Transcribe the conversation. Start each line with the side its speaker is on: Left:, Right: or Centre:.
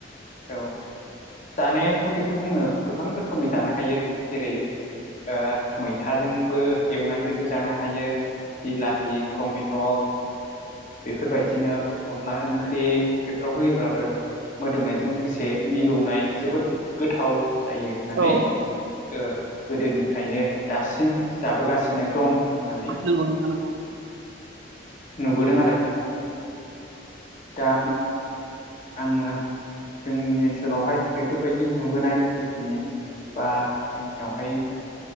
Left: औ जानायाथ' बेखौ जोङो गोबां रोखोमै दानो हायो जेरै ओ मैथाजोंबो एवनानै बेखौ जानो हायो बिलाहि टमेट' बेफोरबायदिनो अनला ओंख्रि बेफोराव होयोब्लाबो मोदोमनायजों लोगोसे मिलौनाय जोबोद गोथाव जायो होननानै
Right: औ
Left: ओ गोदोनिफ्रायनो दासिम जाबोगासिनो दं होननानै
Right: नंगौ नोंथां नंगौ
Left: बोदों आरो दा आङो जोंनि ओनसोलावहाय बेफोरबायदि नुबोनाय जिखिनि बा जोंनियावहाय